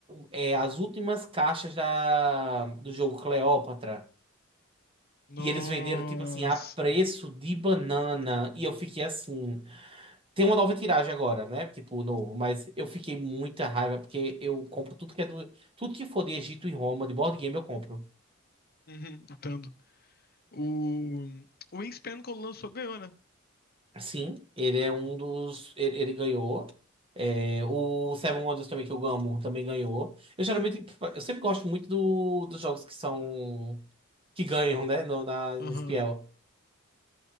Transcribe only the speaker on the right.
é, as últimas caixas da, do jogo Cleópatra.
E eles venderam, tipo assim, a preço de banana. E eu fiquei assim. Tem uma nova tiragem agora, né? Tipo, novo, mas eu fiquei muita raiva porque eu compro tudo que é do. Tudo que for de Egito e Roma, de board game, eu compro.
Sim, ele é um dos. Ele, ele ganhou. É, o Seven Wonders também, que eu amo, também ganhou. Eu geralmente. Eu sempre gosto muito do, dos jogos que são. Que ganham, né? No, na, na
Spiel.